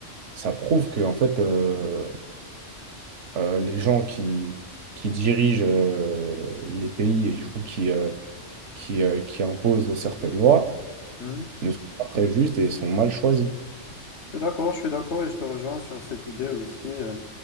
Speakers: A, on the right (about 70°); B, on the left (about 60°).
A: ça prouve que en fait, euh, euh, les gens qui, qui dirigent euh, les pays et du coup qui, euh, qui, euh, qui imposent certaines lois
B: Mhm.
A: ne sont pas très justes et sont mal choisis.
B: Je suis d'accord, je suis d'accord et je te rejoins sur cette idée aussi. Euh,